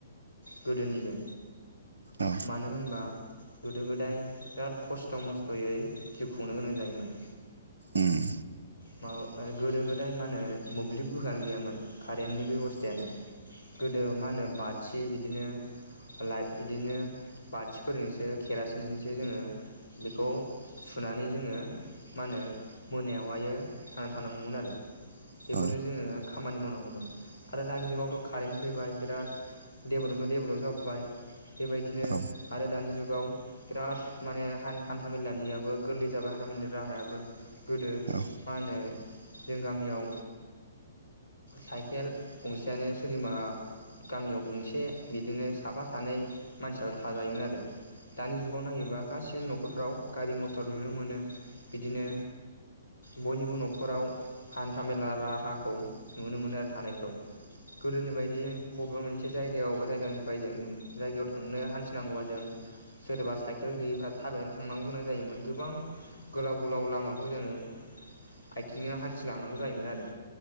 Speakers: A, on the left; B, on the right.
A: गोदोनिजों।
B: औ
A: मानो होनबा गोदो गोदाय बिराद खस्थ मस्थयै जिउ खुंनो गोनां जायोमोन।
B: उम्म
A: मा <unintelligible> गोदो गोदाय मा होनो मोब्लिब गोहोआनो गैयामोन कारेन्टनि बेबस्थायानो।
B: औ
A: गोदो मा होनो बाथ थि बिदिनो लाइट इदिनो बाथिफोरजोंसो केरासिनजोंसो जोंङो बेखौ सुनानै जोंङो मा होनो मोनायावहायो थांनानै थानांगौमोन आरो बेफोरजों
B: औ
A: जोङो खामानि मावनांगौमोन। आरो दानि जुगावथ' कारेन्ट फैबाय। बिराद देबलपनिफाय देबलप जाबोबाय। बेबायदिनो
B: औ
A: आरो दानि जुग गाव बिराद माने हान-हान्था मेलानियाबो गोरलै जाबाय हान्था मेलानि राहायाबो गोदो
B: औ
A: मा होनो जों गामियाव साइकेल गंसेयानो सोरनिबा गामियाव गंसे बिदिनो साफा सानै मानसियाल थाजायोमोन आरो। दानि जुगाव नायोबा गासिबो नख खरफ्राव गारि मथर नुनो मोनो बिदिनो बयनिबो नखराव हान्थामेला राहाखौ नुनो मोनो आरो थानायखौ गोदोनि बायदि बबेबा मोनसे जायगायाव जायगानिफ्राय जों जायगायाव थांनो हान्थिनांगौबा जों सोरबा साइकेल गैयैफ्रा थाबायनै थांनांगौ गोनां जायोमोन गोबां गोलाव गोलाव लामाखौ जोङो आथिंङै हान्थिलांनांगौ जायोमोन आरो